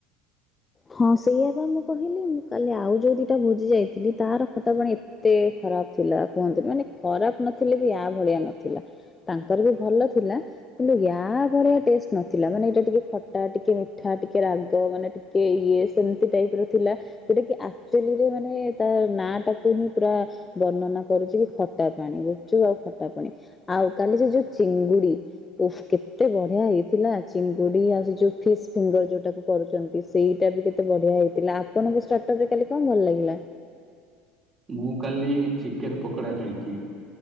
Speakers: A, on the left; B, on the right.
A: ହଁ ସେଇଆ ବା ମୁଁ କହିଲି ମୁଁ କାଲି ଆଉ ଯୋଉ ଦିଇଟା ଭୋଜି ଯାଇଥିଲି ତାର ଖଟା ପାଣି ଏତେ ଏତେ ଖରାପ ଥିଲା କୁହନ୍ତୁନି ମାନେ ଖରାପ ନଥିଲେ ବି ଆ ଭଳିଆ ନଥିଲା। ତାଙ୍କର ବି ଭଲ ଥିଲା। କିନ୍ତୁ ୟା ଭଳିଆ ଟେଷ୍ଟ ନଥିଲା ମାନେ ଏଇଟା ଟିକେ ଖଟା ଟିକେ ମିଠା ଟିକେ ରାଗ ମାନେ କି ଇଏ ସେମିତି ଟାଇପର ଥିଲା। ଯୋଟା କି ଆକ୍ଚୁଲିରେ ମାନେ ତା ନାଁ ଟାକୁ ହିଁ ପୁରା ବର୍ଣ୍ଣନା କରୁଛି କି ଖଟା ପାଣି ଗୁପଚୁପ ଆଉ ଖଟା ପାଣି ଆଉ କାଲି ସେ ଯୋଉ ଚିଙ୍ଗୁଡି କେତେ ବଢିଆ ହେଇଥିଲା ଚିଙ୍ଗୁଡି ଆଉ ସେ ଯୋଉ ଫିସ୍ ଫିଙ୍ଗର ଯୋଉଟାକୁ କରୁଛନ୍ତି। କି ସେଇଟା ବି କେତେ ବଢିଆ ହେଇଥିଲା ଆପଣଙ୍କୁ ଷ୍ଟାର୍ଟର ରେ କାଲି କଣ ଭଲ ଲାଗିଲା।
B: ମୁଁ କାଲି ଚିକେନ ପକୋଡା ଖାଇଛି